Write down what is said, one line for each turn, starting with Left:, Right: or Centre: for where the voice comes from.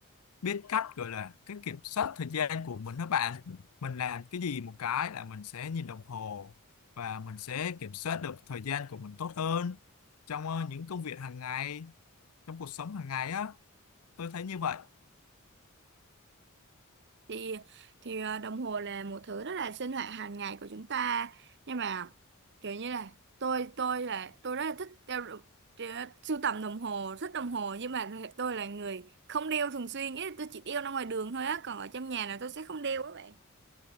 Left: biết cách gọi là cái kiểm soát thời gian của mình đó bạn mình làm cái gì một cái là mình sẽ nhìn đồng hồ và mình sẽ kiểm soát được thời gian của mình tốt hơn trong ờ, những công việc hàng ngày trong cuộc sống hàng ngày á tôi thấy như vậy
Right: thì thì ờ, đồng hồ là một thứ rất là sinh hoạt hàng ngày của chúng ta nhưng mà kiểu như là tôi tôi là tôi rất là thích đeo đồ- đe- sưu tầm đồng hồ thích đồng hồ nhưng mà tôi là người không đeo thường xuyên ý là tôi chỉ đeo ra ngoài đường thôi á còn ở trong nhà là tôi sẽ không đeo các bạn